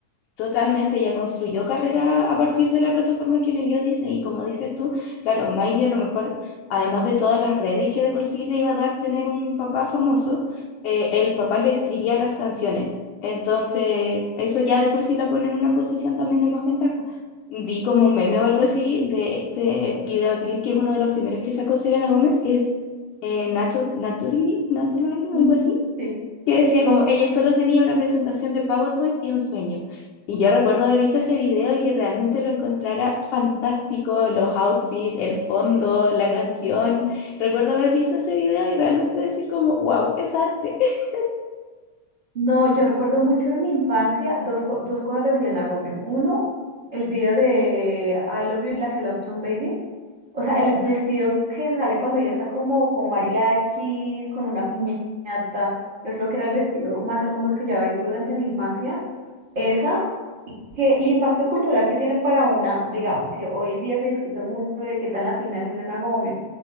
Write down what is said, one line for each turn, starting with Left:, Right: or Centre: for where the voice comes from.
Left: Totalmente, ella construyó carrera a partir de la plataforma que le dio Disney y como dices tú, claro, Miley a lo mejor, además de todas las redes que de por sí le iba a dar tener un papá famoso, eh, el papá le escribía las canciones. Entonces, eso ya de por sí la pone en una posición también de más ventaja. Vi como un meme o algo así de este videoclip que es uno de los primeros que sacó Selena Gómez, que es eh, Natu- Naturally, Naturally,
Right: Ujú,
Left: algo así
Right: Sí.
Left: que decía como ella solo tenía una presentación de PowerPoint y un sueño. Y yo recuerdo haber visto ese video y que realmente lo encontrara fantástico, los outfits, el fondo, la canción. Recuerdo haber visto ese video y realmente decir como, wow, es arte. <laughs>
Right: No, yo recuerdo mucho en mi infancia dos, co- dos cosas de Selena Gómez. Uno, el video de eh, I Love You Like a Lobson Baby. O sea, el vestido que sale cuando ya está como con mariachis, con una piñata. Yo creo que era el vestido más hermoso que yo había visto durante mi infancia. Esa que el impacto cultural que tiene para una, digamos que hoy en día se discute mucho de qué tan latina es Selena Gómez,